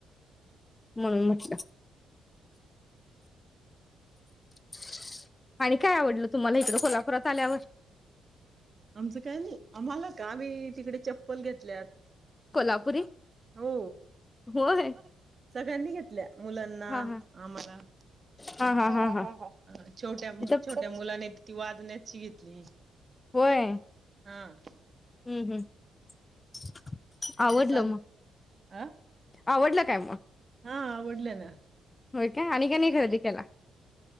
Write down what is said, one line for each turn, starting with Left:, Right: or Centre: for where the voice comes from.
Left: म्हणून म्हटलं. <unintelligible> आणि काय आवडलं तुम्हाला इकड कोल्हा परत आल्यावर
Right: आमचं काय नाही, आम्हाला का, आम्ही तिकडे चप्पल घेतल्यात.
Left: कोल्हापुरी
Right: <unintelligible> हो
Left: होय
Right: <unintelligible> सगळ्यांनी घेतल्या मुलांना,
Left: हा हा
Right: आम्हाला,
Left: हा
Right: <unintelligible>
Left: हा हा हा
Right: छोट्या मु
Left: तिथं
Right: छोट्या मुलाने ती वाजण्याची घेतली.
Left: व्हय.
Right: हां.
Left: हं हं <unintelligible> आवडलं
Right: तसं चाल
Left: मग,
Right: अ
Left: आवडलं काय मग?
Right: हा आवडलं ना.
Left: होय काय आणि काय नाही
Right: <unintelligible>
Left: खरेदी केला